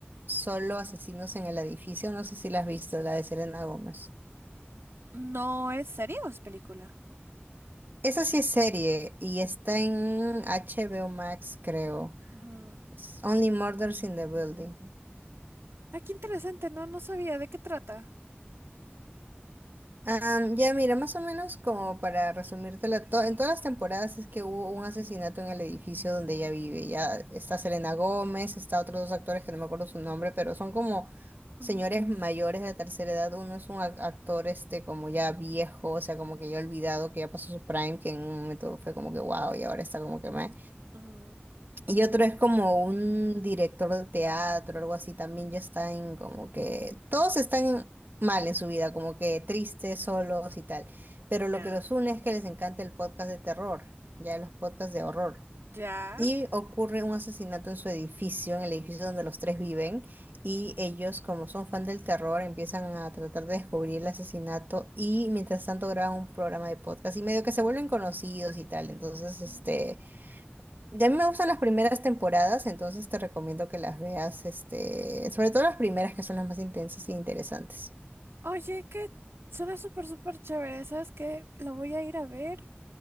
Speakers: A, on the right; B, on the right.
A: Solo Asesinos en el Edificio. No sé si la has visto, la de Selena Gómez.
B: ¿No es serie o es película?
A: Esa sí es serie y está en HBO Max, creo.
B: Ujú.
A: Only Murders in the Building.
B: Ah, qué interesante, no, no sabía de qué trata.
A: Am, ya mira, más o menos como para resumírtela, to- en todas las temporadas es que hubo un asesinato en el edificio donde ella vive. Ya está Selena Gómez, está otros dos actores que no me acuerdo su nombre, pero son como señores
B: Ujú,
A: mayores de tercera edad. Uno es un ac- actor este como ya viejo, o sea, como que ya olvidado, que ya pasó su prime, que en un momento fue como que wow, y ahora está como que meh.
B: ujú.
A: Y otro es como un director de teatro, algo así, también ya están como que todos están mal en su vida, como que tristes, solos y tal. Pero lo
B: Ya.
A: que los une es que les encanta el podcast de terror, ya los podcasts de horror.
B: Ya.
A: Y ocurre un asesinato en su edificio, en el edificio donde los tres viven, y ellos, como son fan del terror, empiezan a tratar de descubrir el asesinato y mientras tanto graban un programa de podcast y medio que se vuelven conocidos y tal. Entonces,
B: Ujú.
A: este... Ya a mí me gustan las primeras temporadas, entonces te recomiendo que las veas, este, sobre todo las primeras que son las más intensas e interesantes.
B: Oye, que suena súper, súper chévere. ¿Sabes qué? La voy a ir a ver.